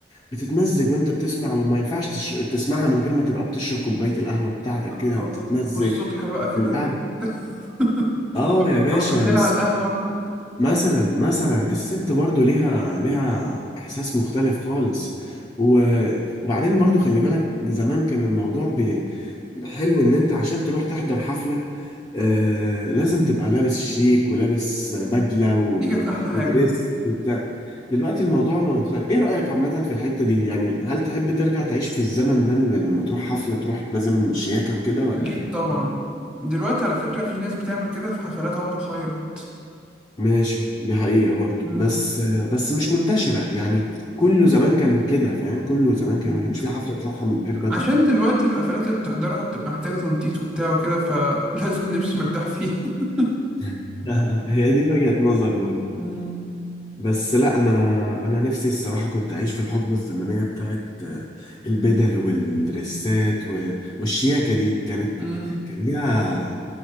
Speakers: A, on the left; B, in the centre.
A: بتتمزج وأنت بتسمع وما ينفعش تش... تسمعها من غير ما تبقى بتشرب كوباية القهوة بتاعتك
B: أو-
A: كده وبتتمزج
B: والصبح بقى كده
A: والقعد
B: <laughs>
A: آه يا باشا
B: او بالليل على القهوة
A: مثلا مثلا الست
B: مم.
A: برضو ليها ليها احساس مختلف خالص و... وبعدين برضو خلي بالك زمان كان الموضوع بي... حلو ان انت عشان تروح تحضر حفلة آه... لازم تبقى لابس شيك ولابس بدلة و...
B: دي كانت احلى حاجة
A: ودريس وبتاع دلوقتي الموضوع مختلف ايه رأيك عامة في الحتة دي يعني هل تحب ترجع تعيش في الزمن ده لما تروح حفلة تروح لازم شياكة وكده ولا
B: اكيد
A: ايه
B: طبعا دلوقتي على فكرة في ناس بتعمل كده في حفلات عمر خيرت
A: ماشي دي حقيقة برضو
B: مم.
A: بس بس مش منتشرة يعني كله زمان كان كده فاهم كله زمان كان
B: مم.
A: ما كانش في حفلة تروحها من غير بدلة
B: عشان دلوقتي الحفلات اللي بتحضرها بتبقى محتاجة تنطيط وبتاع وكده فلازم لبس مرتاح فيه <laughs>
A: <laughs> هي دي وجهة نظر
B: مم.
A: بس لا انا انا نفسي الصراحه كنت اعيش في الحقبه الزمنيه بتاعت آه، البدل والدريسات و- والشياكه دي كانت
B: مم.
A: كان ليها